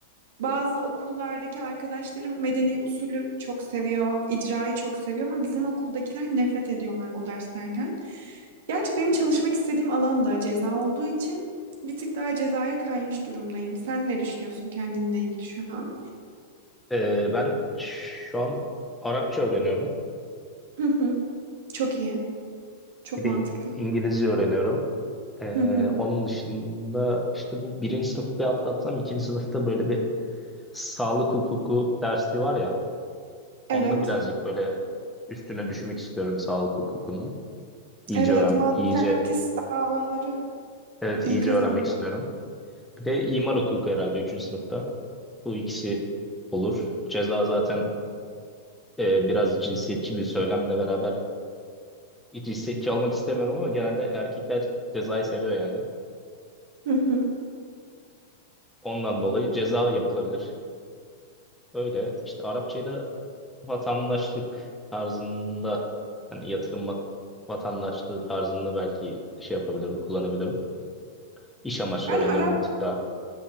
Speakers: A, on the right; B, in the centre.
A: bazı okullardaki arkadaşlarım medeni usulü çok seviyor, icrayı çok seviyor ama bizim okuldakiler nefret ediyorlar o derslerden. Gerçi benim çalışmak istediğim alan da ceza olduğu için bir tık daha cezaya kaymış durumdayım. Sen ne düşünüyorsun kendinle ilgili şu an?
B: Ee, ben şu an Arapça öğreniyorum.
A: Hı hı. Çok iyi. Çok
B: Bir
A: mantıklı.
B: de İng- İngilizce öğreniyorum. Ee,
A: Hı hı.
B: onun dışında işte bu birinci sınıfı bir atlatsam ikinci sınıfta böyle bir sağlık hukuku dersi var ya.
A: Evet.
B: Onda birazcık böyle üstüne düşmek istiyorum sağlık hukukunun. İyice
A: Evet,
B: öğren,
A: malpraktis
B: iyice
A: davaları
B: evet
A: iyi
B: iyice
A: kazandırıyor.
B: öğrenmek istiyorum. Bir de imar hukuku herhalde üçüncü sınıfta. Bu ikisi olur. Ceza zaten e, biraz cinsiyetçi bir söylemle beraber cinsiyetçi olmak istemiyorum ama genelde erkekler cezayı seviyor yani.
A: Hı hı.
B: Ondan dolayı ceza yapılabilir. Öyle işte Arapçayı da vatandaşlık tarzında hani yatırım va- vatandaşlığı tarzında belki şey yapabilirim, kullanabilirim. İş amaçlı
A: Ben
B: öğreniyorum
A: Arap
B: bir tık daha.